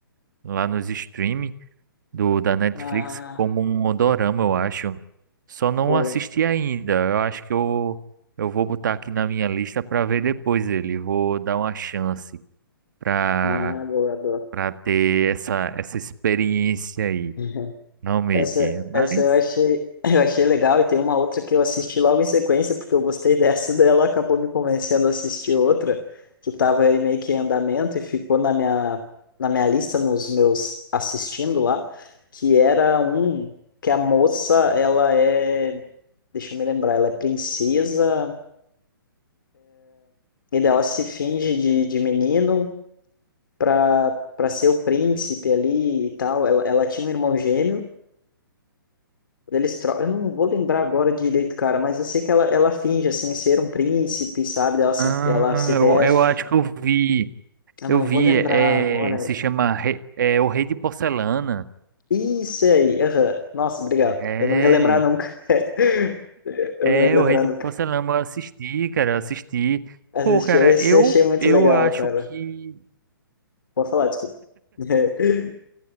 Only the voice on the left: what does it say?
Ah,
pô,
ah, boa, boa.
<laughs>
Essa,
essa eu achei, <laughs> eu achei legal e tem uma outra que eu assisti logo em sequência, porque eu gostei <laughs> dessa, daí ela acabou me convencendo a assistir outra, que estava aí meio que em andamento e ficou na minha, na minha lista, nos meus assistindo lá, que era um que a moça, ela é Deixa eu me lembrar, ela é princesa, e daí ela se finge de, de menino pra, pra ser o príncipe ali e tal. Ela, ela tinha um irmão gêmeo, eles tro... eu não vou lembrar agora direito, cara, mas eu sei que ela, ela finge, assim, ser um príncipe, sabe? Ela se,
ela se
veste.
Eu
não
vou lembrar
agora,
velho.
Isso aí, aham. Nossa, obrigado.
Eu não ia lembrar nunca. <laughs> Eu
não ia lembrar
nunca.
Assistiu
esse,
eu achei muito
legal,
cara.
Vou falar, desculpa. <laughs>